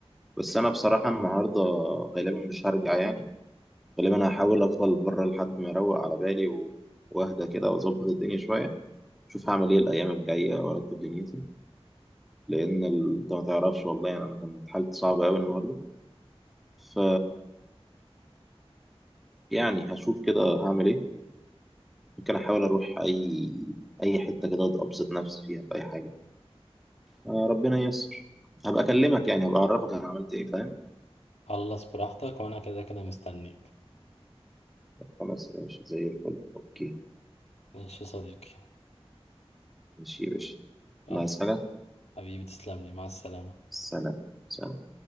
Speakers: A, in the centre; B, on the left (about 85°).
A: بس انا بصراحة النهاردة غالبا مش هرجع يعني غالبا هحاول افضل بره لحد ما اروق على بالي و- واهدى كده واظبط الدنيا شوية شوف هعمل ايه الايام الجاية وارتب دنيتي لان ال- انت ما تعرفش والله يعني انا كانت حالتي صعبة قوي النهاردة ف يعني هشوف كده هعمل ايه ممكن احاول اروح اي اي حتة كده ابسط نفسي فيها باي حاجة آه، ربنا ييسر هبقى اكلمك يعني هبقى اعرفك انا عملت ايه فاهم
B: خلص براحتك وانا كده كده مستنيك
A: خلاص ماشي زي الفل اوكي
B: ماشي يا صديقي
A: ماشي يا باشا
B: يلا
A: ناقص حاجة
B: حبيبي تسلم لي مع السلامة
A: سلام سلام